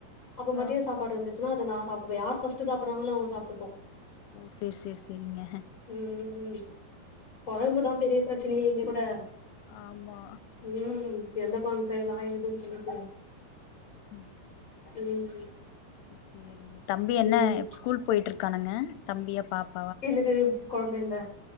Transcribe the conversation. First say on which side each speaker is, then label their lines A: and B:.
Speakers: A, on the left; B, on the left.
A: அப்ப மதிய
B: ஆ
A: சாப்பாடு இருந்துச்சுனா அத நா சாப்ட்டுப்பே யார் ஃபஸ்ட்டு சாப்ட்றாங்களோ அவங்க சாப்ட்டுப்போ
B: சேர் சேர் சேரிங்க
A: ம் கொழம்புதா பெரிய பிரச்சனையே இங்க கூட
B: ஆமா
A: ம் எந்த கொழும்பு செய்யலா ஏதுன்னு சொல்றது
B: ம்
A: ம்
B: சேரிங்க தம்பி என்ன
A: ம்
B: ஸ்கூல் போயிட்டு இருக்கானங்க தம்பியா பாப்
A: எனக்கு கொழந்த இல்ல